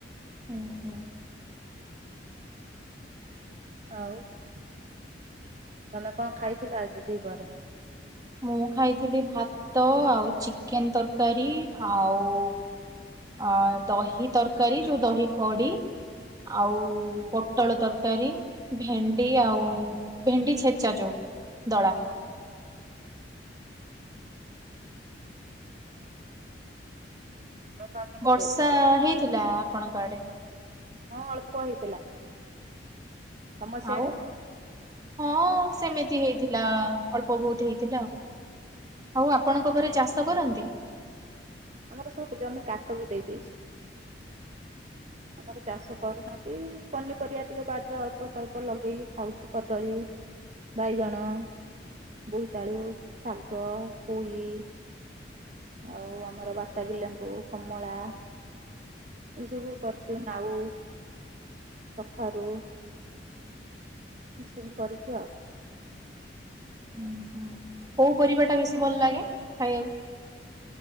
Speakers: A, on the right; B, on the right.
A: ହୁଁ- ହୁଁ।
B: ଆଉ ତମେ କଣ ଖାଇଥିଲ ଆଜି ଦି ପହରେ?
A: ମୁଁ ଖାଇଥିଲି ଭାତ ଆଉ ଚିକେନ ତରକାରୀ ଆଉ ଅ ଦହି ତରକାରୀ ଯୋଉ ଦହି କଡି ଆଉ ପୋଟଳ ତରକାରୀ ଭେଣ୍ଡି ଆଉ ଭେଣ୍ଡି ଛେଚା ଯୋଉ ଦଳା।
B: ଦେହ ପା କେମିତି
A: ବର୍ଷା
B: ଅଛି?
A: ହେଇଥିଲା ଆପଣଙ୍କ ଆଡେ।
B: ହଁ ଅଳ୍ପ ହେଇଥିଲା। ତମ ସିଆଡେ?
A: ଆଉ ହଁ ସେମିତି ହେଇଥିଲା ଅଳ୍ପ ବହୁତ ହେଇଥିଲା ଆଉ। ହଉ ଆପଣଙ୍କ ଘରେ ଚାଷ କରନ୍ତି।
B: ଆମର ସବୁ ଜମି କାଟକୁ ଦେଇ ଦେଇଛୁ ଆମର ଚାଷ କରୁନୁ। ନିହାତି ପନିପରିବା ଟିକେ ବାଡିରେ ଅଳ୍ପ ସଳ୍ପ ଲଗେଇକି ଖାଉଛୁ କଦଳୀ ବାଇଗଣ ବୋଇତାଳୁ ଶାଗ ପୋଇ ଆଉ ଆମର ବାତାବି ଲେମ୍ବୁ କମଳା ଏ ସବୁ କରିଛୁ ନାଉ କଖାରୁ ଏ ସବୁ କରିଛୁ ଆଉ।
A: ଉଁ ହୁଁ କୋଉ ପରିବା ଟା ବେଶୀ ଭଲ ଲାଗେ ଖାଇବାକୁ।